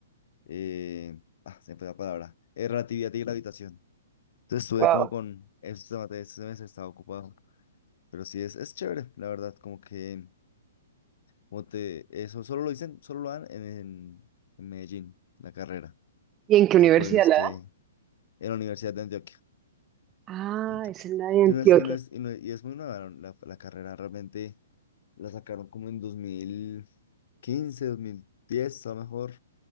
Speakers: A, on the left; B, on the right.
A: eh, Ah, se me fue la palabra. eh, relatividad y gravitación. Entonces estuve
B: Wow.
A: como con estos temas de este semestre, estaba ocupado. Pero sí, es, es chévere, la verdad, como que... Como te... Eso solo lo dicen, solo lo dan en, en en Medellín, la carrera.
B: ¿Y en qué
A: Entonces
B: universidad
A: por eso es
B: la
A: que...
B: dan?
A: En la Universidad de Antioquia.
B: Ah,
A: Kentucky.
B: es en la de
A: Y
B: Antioquia.
A: no es, y no es, y no es, y es muy nueva la, la carrera, realmente la sacaron como en 2015, 2010, a lo mejor.